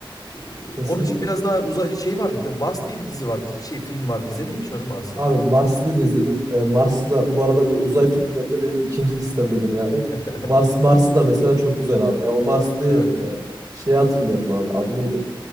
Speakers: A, on the left; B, on the right.
A: Ee,
B: Kesinlikle.
A: onun için biraz daha uzay şey vardı. Bir de Mars diye bir dizi vardı. Hiç şey film vardı. İzledin mi hiç onu Mars'ı?
B: Abi Marslı'yı da izledim. Ee, Mars'ı da bu arada böyle uzay filmlerinde benim ikinci listemdedir yani.
A: <laughs>
B: Mars Mars'ı da mesela çok güzel abi. Ya o Marslı'yı
A: Evet.
B: e, şeyi hatırlıyorum abi. Adı neydi?